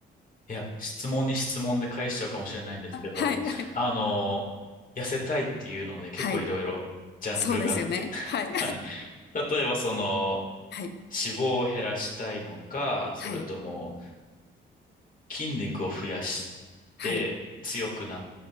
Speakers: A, on the left (about 45°); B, on the left (about 60°).
A: いや、質問に質問で返しちゃうかもしれないんですけど、
B: はいはい。
A: あの、痩せたいっていうので結構いろいろジャンルがあって。
B: はい。そうですよね。
A: <laughs>
B: はい。
A: はい。例えばその、
B: <laughs> はい。
A: 脂肪を減らしたいのか、それとも
B: はい。
A: 筋肉を増やして強くなっ
B: はい。